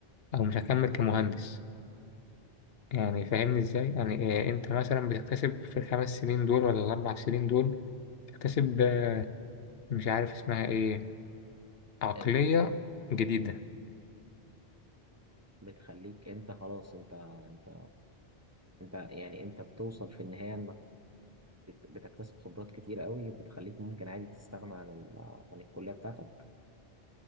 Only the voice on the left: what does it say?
أو مش هكمل كمهندس يعني فاهمني إزاي؟ يعني إيه، أنت مثلا بتكتسب في الخمس سنين دول ولا الأربع سنين دول تكتسب آه، مش عارف اسمها إيه عقلية
جديدة